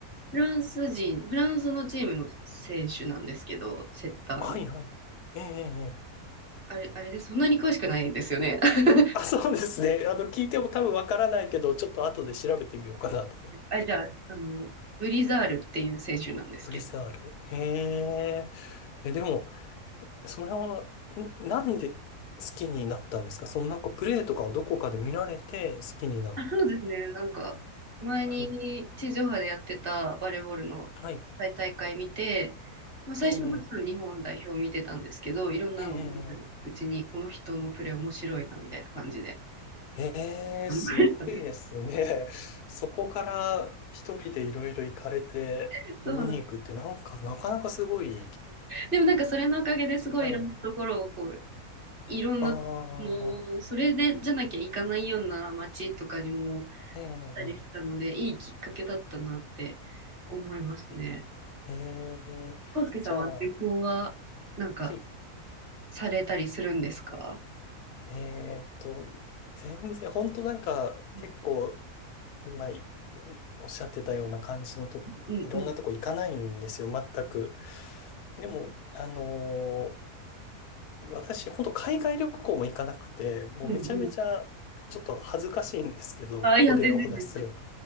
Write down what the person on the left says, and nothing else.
はいはい。ええ、ええ。ええ
あ、そうですね。あの、聞いても多分わからないけど、ちょっと後で調べてみようかなと思って。
プリサール。へえ。え、でも、それは、んなんで好きになったんですかそのなんかプレイとかをどこかで見られて好きになった。
はい。はい。
ええ、
ええ、ええ。
ええ、すごいですね。
そこから一人でいろいろ行かれて見に行くってなんかなかなかすごい。
はい。
ああ、ええ、
ええ。ええじゃあ、
はい。
えーっと、全然、本当なんか、
結構、今、おっしゃってたような感じのと、
いろんなとこ行かないんですよ、全く。でも、あのー私、本当海外旅行も行かなくて、もうめちゃめちゃ、
ちょっと恥ずかしいんですけど、
ここで <laughs> お話しする